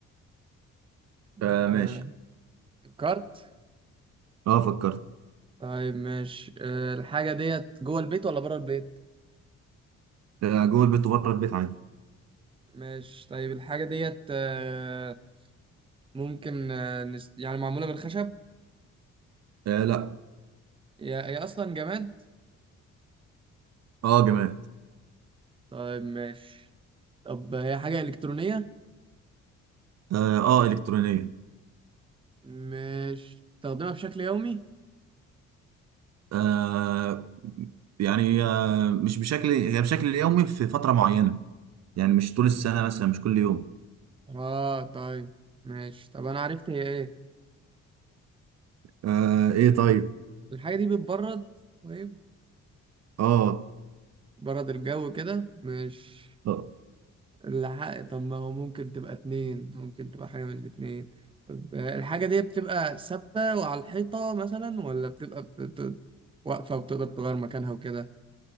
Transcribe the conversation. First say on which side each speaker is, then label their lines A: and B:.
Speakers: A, on the right; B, on the right.
A: آه،
B: آه ماشي
A: فكرت
B: اه فكرت
A: طيب ماشي أه الحاجة ديت جوه البيت ولا بره البيت؟
B: آه جوه البيت وبره البيت عادي
A: ماشي طيب الحاجة ديت أه ممكن أه نس... يعني معمولة من الخشب
B: آه لا
A: هي هي أصلا جماد
B: اه جماد
A: طيب ماشي طب هي حاجة إلكترونية؟
B: اه, آه إلكترونية
A: ماشي تستخدمها بشكل يومي؟
B: آه يعني آه مش بشكل هي بشكل يومي في فترة معينة يعني مش طول السنة مثلا مش كل يوم
A: اه طيب ماشي طب أنا عرفت هي إيه
B: آه ايه طيب
A: الحاجة دي بتبرد طيب
B: اه
A: برد الجو كده ماشي
B: آه،
A: الحق طب ما هو ممكن تبقى اتنين ممكن تبقى حاجة من الاتنين طب آه، الحاجة دي بتبقى ثابتة وعلى الحيطة مثلا ولا بتبقى بت... بت- واقفة وبتقدر تغير مكانها وكده